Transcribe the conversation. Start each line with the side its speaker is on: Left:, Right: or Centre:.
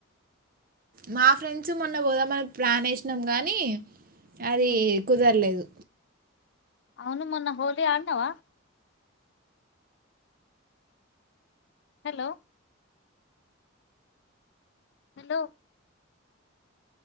Right: మా ఫ్రెండ్స్ మొన్న పోదామని ప్లాన్ ఏసినాం కానీ అది
Left: ఉమ్.
Right: కుదరలేదు
Left: అవును మొన్న హోలీ ఆడినవ hello hello